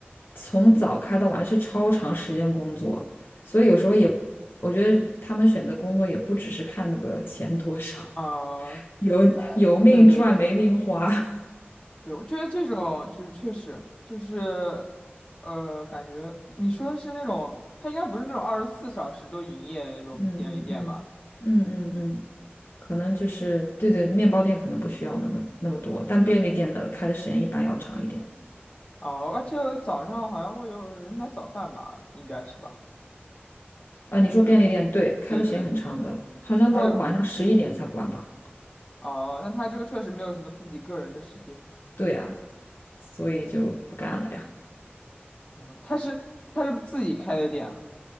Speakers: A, on the left; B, on the left.
A: 从早开到晚是超长时间工作，所以有时候也，我觉得他们选择工作也不只是看那个钱多少，
B: 啊，
A: <laughs> 有有命赚没命花，
B: 呃对对对
A: <laughs>
B: 对，我觉得这种就是确实就是，呃，感觉你说的是那种，它应该不是那种二十四小时都营业的那种便利店吧？
A: 嗯嗯嗯嗯嗯嗯。可能就是对对，面包店可能不需要那么那么多，但便利店的开的时间一般要长一点。
B: 啊，而且早上好像会有人买早饭吧，应该是吧？
A: 啊、
B: 就是
A: 你说便利店对，开的时间很长的，
B: 对对对，
A: 好像到晚上十一点才关吧？
B: 还有哦，那他这个确实没有什么自己个人的时间。
A: 对呀、所以就不干了呀。
B: 哦，他是他是不是自己开的店啊？